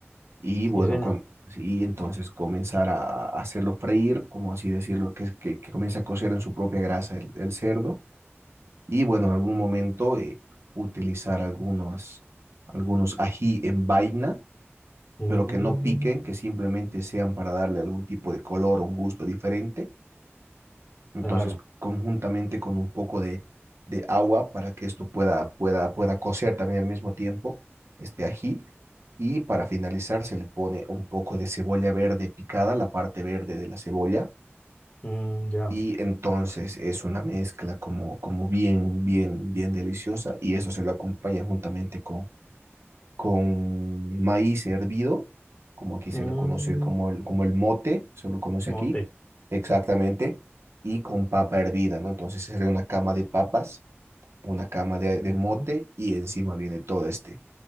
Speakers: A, on the right; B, on the left.
A: y
B: sí,
A: bueno,
B: señor.
A: com- y entonces comenzar a, a hacerlo freír, como así decirlo, que, que, que comience a cocer en su propia grasa el, el cerdo y bueno, en algún momento eh, utilizar algunos, algunos ají en vaina
B: Mm,
A: pero que no piquen, que simplemente sean para darle algún tipo de color o un gusto diferente Entonces,
B: claro,
A: conjuntamente con un poco de, de agua para que esto pueda, pueda, pueda cocer también al mismo tiempo, este ají. Y para finalizar, se le pone un poco de cebolla verde picada, la parte verde de la cebolla.
B: Mm, ya.
A: Y entonces es una mezcla como, como bien, bien, bien deliciosa. Y eso se lo acompaña juntamente con, con maíz hervido, como aquí se
B: Mm,
A: lo conoce como el, como el mote, se lo conoce
B: mote.
A: aquí, exactamente, y con papa hervida, ¿no? Entonces sería una cama de papas, una cama de, de
B: Ujú.
A: mote y encima viene todo este,